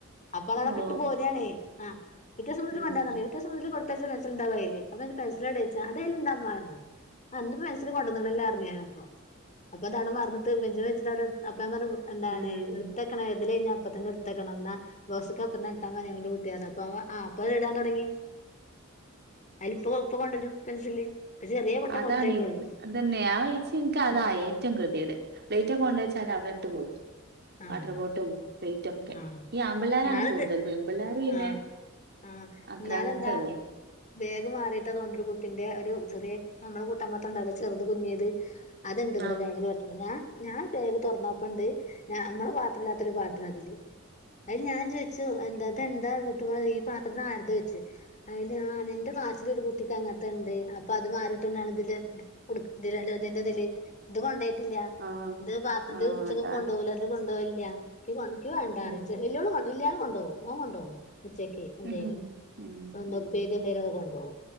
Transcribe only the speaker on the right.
ഓ
ഉം
ഉം
അതാണ്
ഇതന്നെ ആഹ് ഇച്ച് ഇന്ക്ക് അതാ
ഏറ്റും കെദിയേട് പ്ലേറ്റൊക്കെ കൊണ്ടേച്ചാലവി ഇട്ട് പോരും
വാട്ടർ ബോട്ടും പ്ലേ റ്റൊക്കെ
ഈ ആമ്പിള്ളാരാണ്
കൂട്തല് പെമ്പിള്ളാര് പിന്നെ
അത്ര
അങ്ങനത്തെതല്ലേ
ആഹ്
ആഹ്
ആഹ്
അതാണ്
ഉം
ഉം ഉം
ഉം